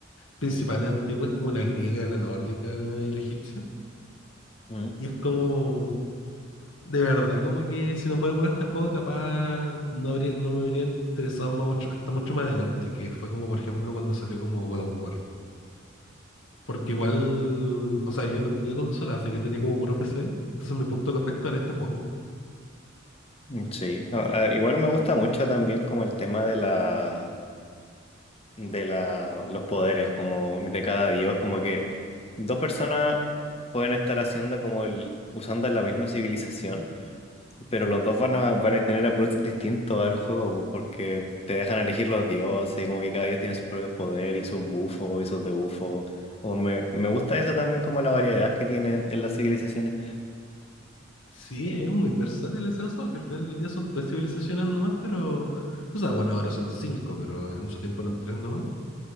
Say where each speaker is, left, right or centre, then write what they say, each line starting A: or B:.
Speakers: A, on the left (about 75°); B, on the left (about 30°).
A: principales antiguas como la griega, la nórdica y la egipcia.
B: Mm.
A: Y es como De verdad, como que si no fuera por este juego, capaz no habría, no me habría interesado más mucho, hasta mucho más adelante, que fue como, por ejemplo, cuando salió como God of War. Porque igual, o sea, yo no tenía consola, así que tenía como puro PC, entonces mi punto de contacto era este juego.
B: Mm, Sí, A- a- igual me gusta mucho también como el tema de la de la los poderes como de cada dios, como que dos personas pueden estar haciendo como el usando la misma civilización Pero los dos van a, van a tener approaches distintos al juego, pues, porque te dejan elegir los dioses, como que cada dios tiene sus propios poderes y sus bufos y sus debuffos. O me, me gusta eso también como la variedad que tienen en las civilizaciones.
A: Sí, es muy versátil esa cosa porque al final del día son tres civilizaciones nomás, pero... O sea, bueno, ahora son cinco, pero en su tiempo eran tres nomás.